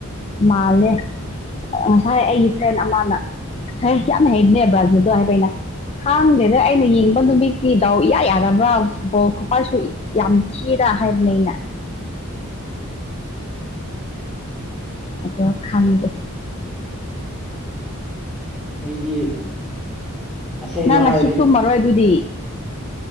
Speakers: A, on the left (about 30°); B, in the centre.
A: ꯃꯥꯜꯂꯦ ꯉꯁꯥꯏ ꯑꯩꯒꯤ ꯐ꯭ꯔꯦꯟ ꯑꯃꯅ ꯍ ꯌꯥꯝ ꯍꯩꯕꯅꯦ ꯕ꯭ꯔꯥꯖꯤꯜꯗꯣ ꯍꯥꯏꯕ ꯑꯩꯅ ꯈꯥꯡꯗꯦꯗ ꯑꯩꯅ ꯌꯦꯡꯕ ꯅꯨꯃꯤꯠꯇꯤ ꯗꯥꯎ ꯏꯌꯥ ꯌꯥꯗꯕ꯭ꯔꯥ ꯕꯣ ꯈꯨꯄꯥꯁꯨ ꯌꯥꯝ ꯊꯤ ꯍꯥꯏ ꯕꯅꯦ ꯑꯩꯅ
B: <inaudible>
A: ꯑꯗꯣ ꯈꯪꯗꯦ
B: ꯑꯩꯗꯤ ꯑꯁꯦꯡꯕ
A: ꯅꯪ
B: ꯍꯥꯏꯔꯗꯤ
A: ꯉꯁꯤ ꯇꯨꯝꯃꯔꯣꯏ ꯑꯗꯨꯗꯤ